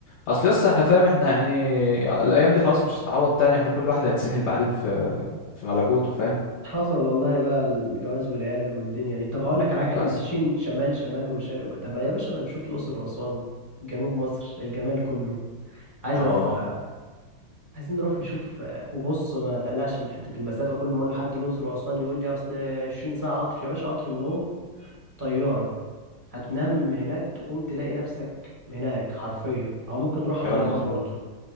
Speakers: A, on the left; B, on the right.
A: اصل يسطا احنا فاهم احنا يعني الايام دي خلاص مش هتتعوض تاني احنا كل واحد هيتسحل بعدين في في ملكوته فاهم
B: حصل والله بقى الجواز والعيال والدنيا دي طب هقول لك على حاجه احنا
A: بس
B: ماشيين شمال شمال وشرق وك... طب ما يا باشا بنشوف الاقصر واسوان جنوب مصر الجمال كله عايز
A: اه
B: اروح عايزين نروح نشوف آه، وبص ما تقلقش من حتة المسافة كل ما أقول لحد الأقصر وأسوان يقول لي أصل 20 ساعة قطر يا باشا قطر النوم طيارة هتنام هناك تقوم تلاقي نفسك هناك حرفيا أو ممكن نروح طيران
A: كلام مظبوط
B: برضو